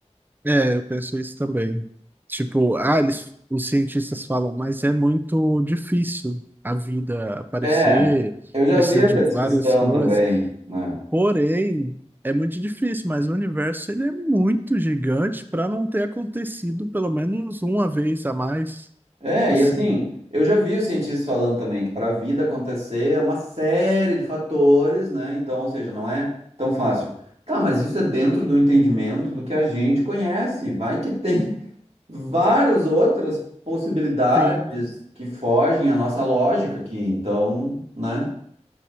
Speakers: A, on the right; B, on the right.
A: É, eu penso isso também. Tipo, ah, eles, os cientistas falam, mas é muito difícil a vida aparecer,
B: É, eu já
A: precisa
B: vi essa
A: de
B: discussão
A: várias coisas.
B: também, né?
A: Porém, é muito difícil, mas o universo ele é muito gigante para não ter acontecido pelo menos uma vez a mais.
B: É,
A: Assim,
B: e assim, eu já vi os cientistas falando também que para a vida acontecer é uma série de fatores, né? Então, ou seja, não é tão fácil. Tá, mas isso é dentro do entendimento do que a gente conhece. Vai que tem <laughs> várias outras possibilidades
A: sim.
B: que fogem à nossa lógica aqui. Então, né?